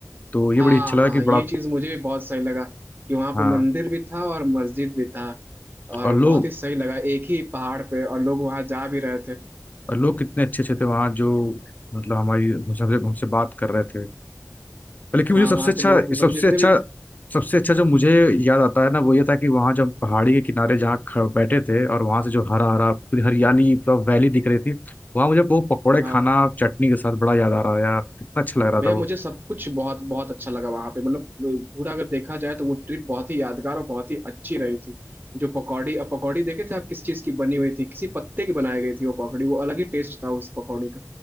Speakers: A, on the left; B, on the right.
A: तो ये
B: हाँ
A: बड़ी अच्छा लगा
B: हाँ
A: कि
B: ये
A: बड़ा
B: चीज मुझे भी बहुत सही लगा कि वहां पे
A: हाँ
B: मंदिर भी था और मस्जिद भी था और
A: और लोग
B: बहुत ही सही लगा एक ही पहाड़ पे और लोग वहां जा भी रहे थे
A: और लोग कितने अच्छे अच्छे थे वहाँ जो मतलब हमारी हमसे हमसे बात कर रहे थे लेकिन
B: हाँ
A: मुझे सबसे
B: वहाँ
A: अच्छा
B: के लोग भी मतलब
A: सबसे
B: जितने
A: अच्छा
B: भी
A: सबसे अच्छा जो मुझे याद आता है ना वो ये था कि वहाँ जब पहाड़ी के किनारे जहाँ ख- बैठे थे और वहां से जो हरा हरा पूरी हरियाली पूरा वैली दिख रही थी वहां मुझे वो पकौड़े
B: हाँ
A: खाना चटनी के साथ बड़ा याद आ रहा है यार कितना अच्छा लग रहा
B: भैया
A: था वो
B: मुझे सब कुछ बहुत बहुत अच्छा लगा वहां पे मतलब पूरा अगर देखा जाए तो वो ट्रिप बहुत ही यादगार और बहुत ही अच्छी रही थी जो पकौड़ी अब पकौड़ी देखे थे आप किस चीज की बनी हुई थी किसी पत्ते की बनाई गई थी वो पकौड़ी वो अलग ही टेस्ट था उस पकौड़ी का